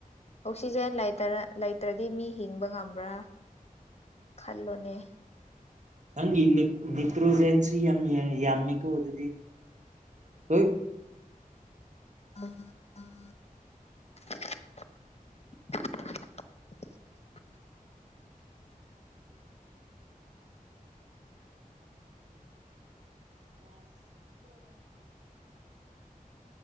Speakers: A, on the left (about 45°); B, on the right (about 55°).
A: ꯑꯣꯛꯁꯤꯖꯦꯟ ꯂꯩꯇ꯭ꯔꯗꯤ ꯃꯤ ꯍꯤꯡꯕ ꯉꯝꯕ꯭ꯔꯥ ꯈꯜꯂꯣꯅꯦ
B: ꯅꯪꯒꯤ ꯅꯤ ꯅꯤꯇ꯭ꯔꯣꯖꯦꯟꯁꯤ ꯌꯥꯝ ꯌꯥꯝꯃꯤꯀꯣ ꯑꯗꯨꯗꯤ ꯍꯨ
A: <inaudible> <inaudible>